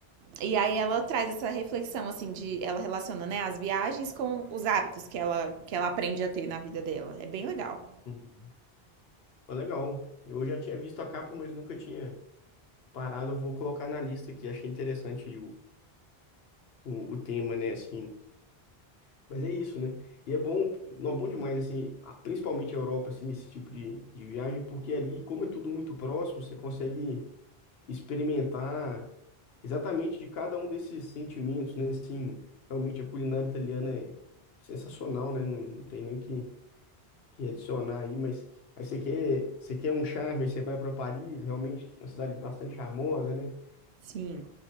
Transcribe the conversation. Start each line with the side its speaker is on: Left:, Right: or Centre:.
Right: E aí ela traz essa reflexão, assim, de ela relaciona, né, as viagens com os hábitos que ela, que ela aprende a ter na vida dela. É bem legal.
Left: Uhum. Mas legal. Eu já tinha visto a capa, mas nunca tinha parado. Eu vou colocar na lista aqui. Achei interessante aí o, o, o tema, né? Assim. Mas é isso, né? E é bom, não é bom demais, assim, a- principalmente a Europa, assim, esse tipo de, de viagem, porque ali, como é tudo muito próximo, você consegue experimentar exatamente de cada um desses sentimentos, né? Assim, realmente a culinária italiana é sensacional, né? Não, não tem nem o que, que adicionar aí, mas aí você quer, você quer um charme, aí você vai para Paris, realmente uma cidade bastante charmosa, né?
Right: Sim.